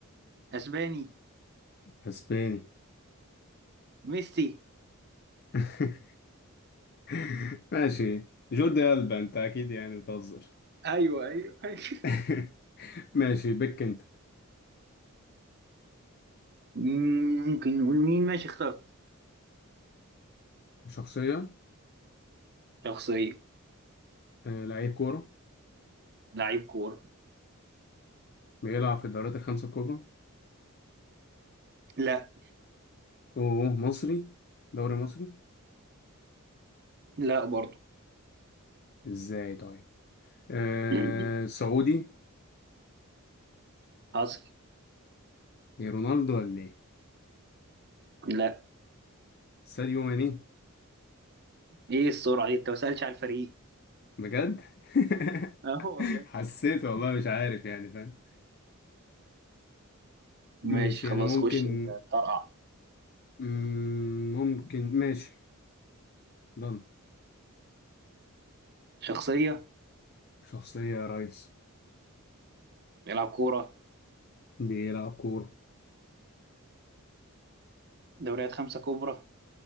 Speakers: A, on the right; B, on the left.
A: اسباني
B: اسباني
A: ميسي
B: <laughs> <laughs> ماشي جوردي ألبا انت اكيد يعني بتهزر
A: ايوه ايوه <laughs> أيوة.
B: <laughs> ماشي بك انت
A: مم، ممكن نقول مين ماشي اخترت
B: شخصية
A: شخصية
B: آه، لعيب كورة
A: لعيب كورة
B: بيلعب في الدوريات الخمسة الكبرى
A: لا
B: اوه مصري دوري مصري
A: لا برضه
B: ازاي طيب آه
A: <clears throat>
B: سعودي
A: حصل
B: إيه، رونالدو ولا ايه
A: لا
B: ساديو ماني
A: ايه السرعة دي انت ما سألتش على الفريق
B: بجد <laughs>
A: اه والله
B: حسيت والله مش عارف يعني فاهم ماشي
A: ماشي خلاص
B: انا ممكن
A: خش انت طرقع
B: مم، ممكن ماشي ضن
A: شخصية
B: شخصية يا ريس
A: بيلعب كورة
B: بيلعب كورة
A: دوريات خمسة كبرى